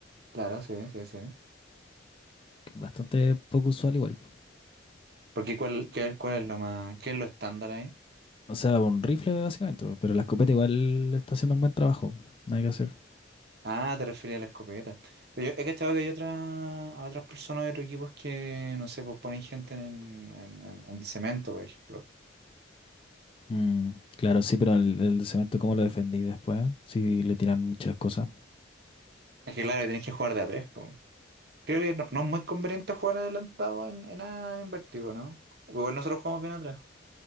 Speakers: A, on the right; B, on the left.
A: Claro, sí, sí, sí.
B: que es Bastante poco usual igual.
A: Porque ¿cuál, qué- cuál es lo más, qué es lo estándar ahí?
B: O sea, un rifle básicamente, pero la escopeta igual está haciendo un buen trabajo. Nada que hacer.
A: Ah, te refería a la escopeta. Pero yo he cachado que hay otras, a otras personas de otros equipos que, no sé, pues ponen gente en, en- en- en cemento, por ejemplo.
B: Mm, claro, sí, pero el, el cemento, ¿cómo lo defendí después? Si le tiran muchas cosas.
A: Es que claro, tenés que jugar de a tres, pues. Creo que no, no es muy conveniente jugar adelantado en, en, A en vértigo, ¿no? Igual nosotros jugamos bien atrás.